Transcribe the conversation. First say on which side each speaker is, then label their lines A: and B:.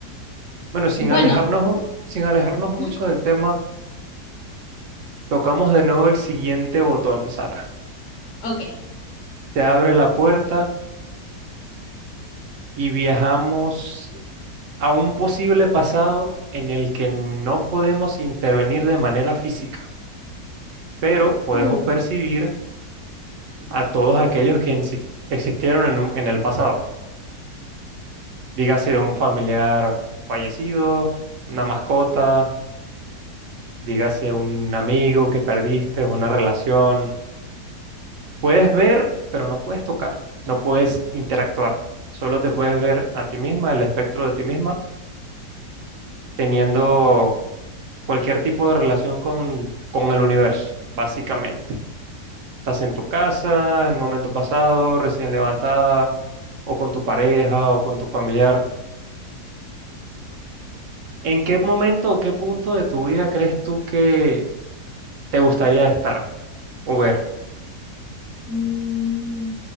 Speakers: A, on the right; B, on the left.
A: Bueno, sin
B: Bueno,
A: alejarnos, sin alejarnos
B: ujú,
A: mucho del tema, tocamos de nuevo el siguiente botón, Sara.
B: ok.
A: Te abre la puerta y viajamos a un posible pasado en el que no podemos intervenir de manera física, pero podemos
B: Uf,
A: percibir a todos aquellos que exis- existieron en, un- en el pasado. Dígase un familiar fallecido, una mascota, dígase un amigo que perdiste, una relación. Puedes ver, pero no puedes tocar, no puedes interactuar. Solo te puedes ver a ti misma, el espectro de ti misma, teniendo cualquier tipo de relación con, con el universo, básicamente. Estás en tu casa, en el momento pasado, recién levantada, o con tu pareja, o con tu familiar. ¿En qué momento o qué punto de tu vida crees tú que te gustaría estar o ver,
B: mm,